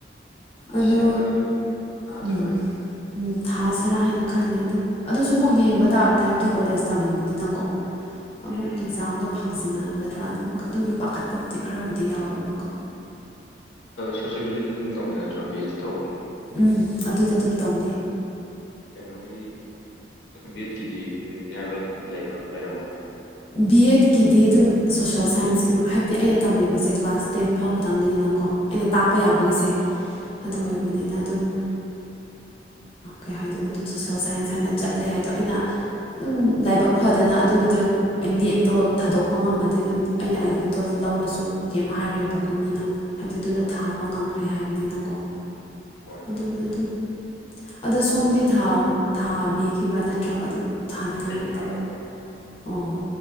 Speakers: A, on the left; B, on the left.
A: ꯑꯗꯣ
B: ꯗꯤꯁꯦꯝꯕꯔꯒꯤꯗꯣ ꯑꯃꯨꯛ ꯊꯥꯗꯣꯏꯕ
A: ꯎꯝ ꯎꯝ ꯊꯥꯁꯤꯔꯥ ꯍꯥꯏꯅ ꯈꯜꯂꯦ ꯑꯗꯣ ꯑꯗꯨꯁꯨ ꯑꯃꯨꯛ ꯌꯦꯡꯕ ꯇꯥꯕꯅꯦ ꯍꯥꯏꯕꯗꯤ ꯀꯣꯂꯦꯖ ꯇꯝꯃꯤꯕꯅꯤꯅꯀꯣ ꯑꯃꯨꯛ
B: ꯎꯝ
A: ꯑꯦꯛꯖꯥꯝꯗꯣ ꯐꯪꯖꯟꯅꯒꯗ꯭ꯔꯥ ꯑꯗꯨꯝ ꯑꯗꯨꯒꯤ ꯄꯥꯈꯠꯄꯕꯨꯗꯤ ꯈꯔꯕꯨꯗꯤ ꯌꯥꯎꯋꯦ ꯑꯃꯨꯛꯀ
B: ꯁꯣꯁꯤꯌꯂꯣꯖꯤꯗꯤ ꯑꯗꯨꯝ ꯇꯧꯗꯦ ꯅꯠꯇ꯭ꯔꯣ ꯄꯤ ꯑꯩꯆ ꯗꯤ ꯇꯧꯕꯗꯤ
A: ꯎꯝ ꯑꯗꯨꯗ ꯑꯗꯨꯝ ꯇꯧꯅꯤ
B: ꯀꯩꯅꯣꯒꯤꯗꯤ ꯕꯤꯦꯠꯀꯤꯗꯤ ꯕꯤ ꯑꯦꯁ ꯖꯤ ꯍꯥꯏꯕ ꯂꯩꯕ꯭ꯔꯥ ꯂꯩꯔꯝꯃꯣ
A: ꯕꯤ ꯑꯦꯗꯀꯤꯗꯤ ꯑꯗꯨꯝ ꯁꯣꯁꯦꯜ ꯁꯥꯏꯟꯁꯀꯤ ꯍꯥꯏꯕꯗꯤ ꯑꯩꯅ ꯇꯝꯂꯤꯕꯁꯦ ꯀ꯭ꯂꯥꯁ ꯇꯦꯟ ꯐꯥꯎ ꯈꯛꯇꯪꯒꯤꯅꯤꯅꯀꯣ ꯑꯩꯅ ꯇꯥꯛꯄ
B: ꯑꯥ
A: ꯌꯥꯕꯒꯤꯁꯦ ꯑꯗꯨ
B: ꯑꯥ
A: ꯑꯣꯏꯕꯅꯤꯅ ꯑꯗꯨꯝ ꯀꯩ ꯍꯥꯏꯥꯏꯗꯣꯏꯅꯣ ꯑꯗꯨꯝ ꯁꯣꯁꯦꯜ ꯁꯥꯏꯟꯁ ꯍꯥꯏꯅ ꯆꯠꯂꯦ ꯑꯗꯣ ꯑꯩꯅ ꯑꯗꯨꯝ ꯂꯥꯏꯕꯛ ꯐꯗꯅ ꯑꯗꯨꯒꯤꯗꯣ ꯑꯩ ꯅꯦꯠꯇꯣ ꯊꯥꯗꯣꯛꯄ ꯉꯝꯃꯗꯤ ꯑꯗꯨꯝ ꯑꯩꯅ ꯑꯦꯂꯕꯦꯟ ꯇꯨꯋꯦꯜꯞ ꯂꯧꯔꯁꯨ ꯀꯦꯝ ꯍꯥꯏꯔꯣꯏꯕꯀꯣ ꯃꯤꯅ ꯍꯥꯏꯕꯗꯤ ꯑꯗꯨꯗ
B: ꯑꯥ
A: ꯊꯥꯕ ꯉꯝꯈ꯭ꯔꯦ ꯍꯥꯏꯕꯅꯤꯅꯀꯣ
B: ꯍꯣꯏ
A: ꯑꯗꯨꯕꯨꯗ ꯑꯗꯨꯝ ꯑꯗꯣ ꯁꯣꯝꯗꯤ ꯊꯥꯕꯤꯈꯤꯕ꯭ꯔꯥ ꯅꯠꯇ꯭ꯔꯒ ꯑꯗꯨꯝ ꯊꯥꯅꯤꯡꯉꯥꯏꯒꯗꯤ
B: ꯑꯩ ꯊꯥꯕ
A: ꯑꯣ
B: ꯊꯥ